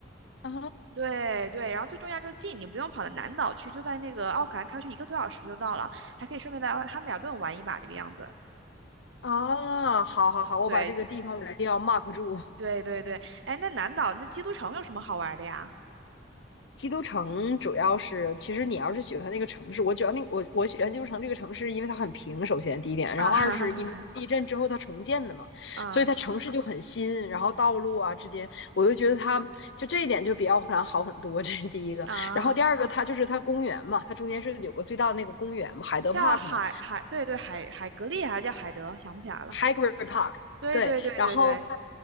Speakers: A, on the left; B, on the right.
A: 啊
B: 对对，然后最重要就是近，你不用跑到南岛去，就在那个奥克兰开去一个多小时就到了，还可以顺便在汉密尔顿玩一把这个样子。
A: 啊，好好好，我把这个地方我一定要
B: 对
A: mark 住。
B: 对对对，哎，那南岛那基督城有什么好玩的呀？
A: 基督城主要是，其实你要是喜欢那个城市，我主要那我我喜欢基督城这个城市，因为它很平，首先第一点，
B: <laughs> 啊哈哈哈，
A: 然后二是因为它地震之后它重建的嘛，
B: 啊
A: 所以它城市就很新，然后道路啊之间，我就觉得它就这一点就比奥克兰好很多，这是第一个。
B: 啊，
A: 然后第二个，它就是它公园嘛，它中间是有个最大的那个公园嘛，海德
B: 叫海海，
A: Park 嘛。
B: 对对海海格力还是叫海德，想不起来了。
A: Hagrid Park，
B: 对对对对对，
A: 对，然后，